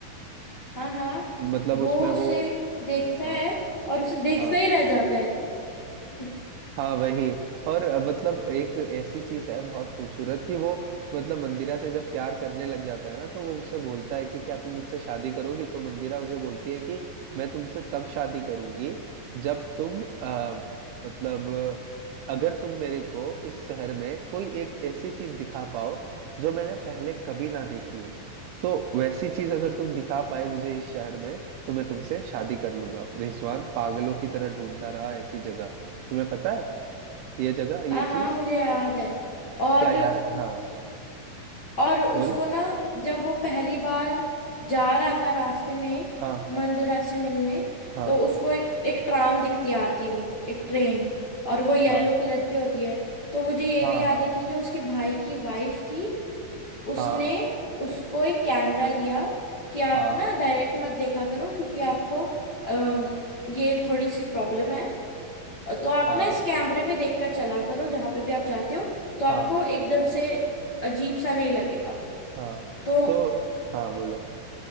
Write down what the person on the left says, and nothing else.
हाँ हाँ
वो उसे
देखता
है और उसे देखता
ही रह जाता है <laughs>
हाँ हाँ
मुझे याद है और
और उसको
ना जब वो पहली बार जा रहा था रास्ते में
मंदिरा से मिलने
तो उसको एक एक ट्राम दिखती है आती भी एक ट्रेन और वो येलो
कलर की होती है तो मुझे ये
भी याद
है कि जो उसकी भाई की वाइफ थी उसने
उसको एक कैमरा दिया कि आप
ना डायरेक्ट मत देखा करो क्योंकि आपको अम, ये थोड़ी सी प्रॉब्लम है तो आप
ना इस कैमरे में देखकर चला करो जहां पे भी आप जाते हो तो आपको
एकदम से अजीब सा नहीं लगेगा
तो